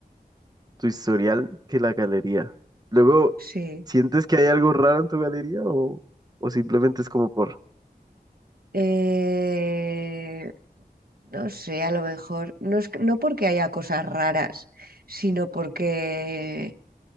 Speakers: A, on the right; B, on the right.
A: Tu historial que la galería. Luego,
B: sí.
A: ¿sientes que hay algo raro en tu galería o, o simplemente es como por...
B: Eh, no sé, a lo mejor, no es, que- no porque haya cosas raras, sino porque,